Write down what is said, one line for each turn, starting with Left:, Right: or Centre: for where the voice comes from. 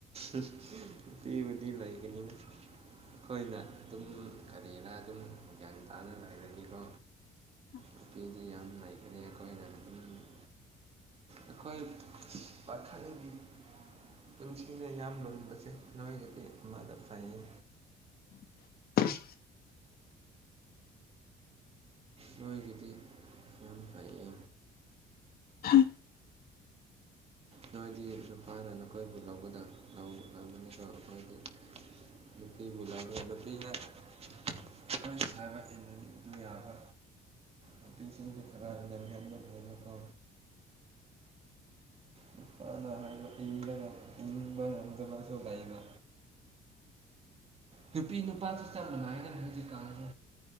Right: ꯎꯝ ꯅꯨꯄꯤ ꯕꯨꯗꯤ ꯂꯩꯒꯅꯤꯗ꯫ ꯑꯈꯣꯏꯅ ꯑꯗꯨꯝ ꯀꯔꯤꯅ ꯑꯗꯨꯝ ꯒ꯭ꯌꯥꯟ ꯇꯥꯅꯔꯒꯗꯤꯀꯣ꯫ ꯅꯨꯄꯤꯗꯤ ꯌꯥꯝ ꯂꯩꯈꯔꯦ ꯑꯈꯣꯏꯗ <unintelligible> ꯑꯩꯈꯣꯏ ꯄꯥꯈꯪꯗꯤ ꯄꯨꯟꯁꯤꯅ ꯏ ꯂꯨꯝꯕꯁꯦ ꯅꯣꯏꯒꯤꯗꯤ ꯑꯃꯗ ꯐꯩꯌꯦ꯫
Left: <unintelligible>
Right: ꯅꯣꯏꯒꯤꯗꯤ ꯌꯥꯝ ꯐꯩꯌꯦ
Left: ꯎꯝ <inaudible>
Right: ꯅꯣꯏꯗꯤ ꯅꯨꯨꯄꯥꯅ ꯅꯈꯣꯏꯕꯨ ꯂꯧꯒꯗꯕ ꯂꯧꯒꯗꯕꯅꯤꯀꯣ ꯑꯩꯈꯣꯏꯗꯤ ꯅꯨꯄꯤꯕꯨ ꯂꯧꯔꯥ ꯅꯨꯄꯤꯅ ꯑꯩꯈꯣꯏꯅ ꯍꯥꯏꯕ ꯏꯟꯕꯥ ꯌꯥꯕ ꯅꯨꯄꯤꯁꯤꯡꯁꯨ ꯈꯔ ꯂꯝꯍꯦꯟꯕ ꯂꯩꯅꯀꯣ ꯅꯨꯄꯥꯅ ꯍꯥꯏꯕ ꯏꯟꯕ ꯏꯟꯕ ꯉꯝꯗꯕꯁꯨ ꯂꯩꯕ ꯅꯨꯄꯤ ꯅꯨꯄꯥꯁꯨ ꯆꯞ ꯃꯥꯟꯅꯩ ꯍꯥꯏꯅ ꯍꯧꯖꯤꯛꯀꯥꯟꯁꯦ